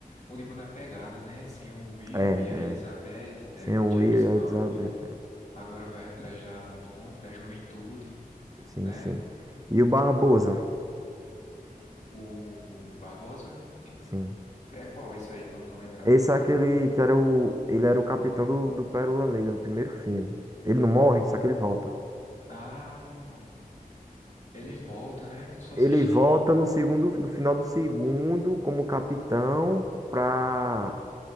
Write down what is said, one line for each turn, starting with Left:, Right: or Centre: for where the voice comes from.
Left: onde muda a pegada, né? Sem o Will
Right: É, é.
Left: e a Elizabeth e De-
Right: Sem o
Left: Jack
Right: Will
Left: Sparrow.
Right: e a Elizabeth.
Left: Agora vai atrás da fonte da juventude,
Right: Sim,
Left: né?
Right: sim. E o Barbosa,
Left: O Barbosa.
Right: sim.
Left: É qual esse aí que eu não tô lembrando?
Right: Esse é aquele que era o. Ele era o capitão do, do Pérola Negra no primeiro filme. Ele não morre, só que ele volta.
Left: Ah, ele volta, né? Que eu só assisti.
Right: Ele volta no segundo, no final do segundo, como capitão, pra